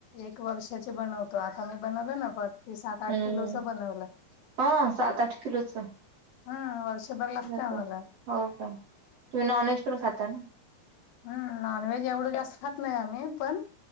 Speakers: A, on the left; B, on the right.
A: एक वर्षाची बनवतो. आता मी बनवलं ना बघ- मी सात आठ
B: हम्म
A: किलोच बनवलंय,
B: हा सात आठ किलोच.
A: ह वर्षभर- लागतं
B: हो
A: आम्हाला
B: का तुम्ही नॉन व्हेज पण खाता ना?
A: हम् नॉनवेज एवढं जास्त- खात नाही आम्ही पण,